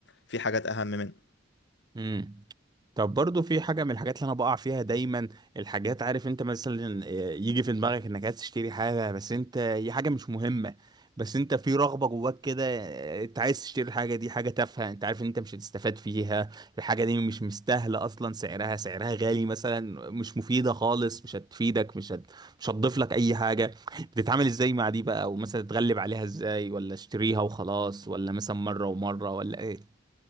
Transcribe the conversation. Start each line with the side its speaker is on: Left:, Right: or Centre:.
Left: في حاجات اهم منه
Right: امم طب برضو في حاجة من الحاجات اللي أنا بقع فيها دايما الحاجات عارف أنت مثلا آه، يجي في دماغك إنك عايز تشتري حاجة بس أنت هي حاجة مش مهمة بس أنت في رغبة جواك كده آه، أنت عايز تشتري الحاجة دي حاجة تافهة أنت عارف إن أنت مش هتستفاد فيها الحاجة دي مش مستاهلة أصلا سعرها سعرها غالي مثلا مش مفيدة خالص مش هتفيدك مش هت... مش هتضيف لك أي حاجة بتتعامل إزاي مع دي بقى ومثلا تتغلب عليها إزاي ولا اشتريها وخلاص ولا مثلا مرة ومرة ولا